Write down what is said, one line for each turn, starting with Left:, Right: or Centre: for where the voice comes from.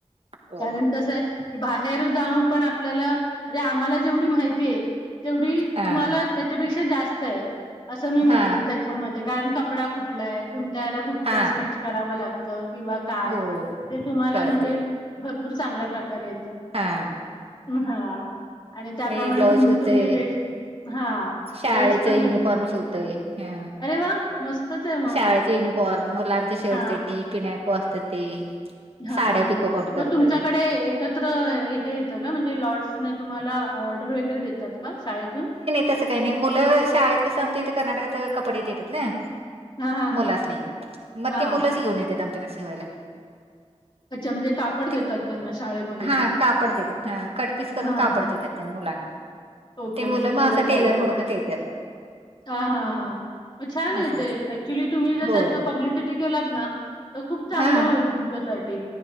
Right: हो
Left: कारण कसं आहे, की बाहेर जाऊन पण आपल्याला म्हणजे आम्हाला जेवढी माहिती हाय तेवढी
Right: हा
Left: तुम्हाला त्याच्यापेक्षा जास्त आहे. असं मी म्हणेन,
Right: हा
Left: त्याच्यामध्ये कारण कपडा कुठला आहे कुणत्याला कुठलं
Right: हा
Left: स्टीच. कराव लागत किंवा काय,
Right: हो
Left: ते तुम्हाला
Right: कळते
Left: म्हणजे भरपूर चांगल्या प्रकारे.
Right: हा
Left: आणि हा, त्याप्रमाणे
Right: मी ब्लाऊज
Left: तुम्ही
Right: शिवते
Left: तुम्ही रेट्स. हा.
Right: शाळेच
Left: रेट्स पण
Right: युनिफॉर्मस
Left: तसेच
Right: शिवते, हा.
Left: अरे वा मस्तच आहे मग
Right: शाळेचे युनिफॉर्म, मुलांचे शर्ट
Left: हा
Right: चड्डी, पिनाको असत ते.
Left: हा
Right: साड्या
Left: हा
Right: पिको
Left: हा
Right: फॉल करतोय
Left: मग तुमच्याकडे एक. एकत्र हे येतं का म्हणजे, लॉर्ड्स न तुम्हाला ऑर्डर वगैरे देतात का? शाळेतून.
Right: तस काही नाही मुलं, शाळेत कसं आमचं इथे कर्नाटकात कपडे देतात ना.
Left: हां, हां,
Right: मुला
Left: हां.
Right: सनी, नाही मग
Left: हां.
Right: ते मुलंच घेऊन येतेत आमच्याकडे शिवायला.
Left: अच्छा म्हणजे कापड देतात
Right: ते
Left: त्यांना शाळेमध्ये.
Right: हा कापड देतेत, ह कट पीस करून
Left: हां,
Right: कापड
Left: हां.
Right: देतेत मुलांना.
Left: ओके
Right: ते
Left: म्हणजे
Right: मुलं
Left: तेवढंच
Right: मग असं टेलर
Left: साईज
Right: हुडकत
Left: ह
Right: येतात
Left: हा हां. मग छान आहे
Right: असं
Left: ते,
Right: असतं
Left: ऍक्च्युली तुम्ही जर
Right: होय
Left: त्याच पब्लिसिटी केलात ना. तर खूप चांगलं
Right: हा
Left: होईल, तुमच्यासाठी.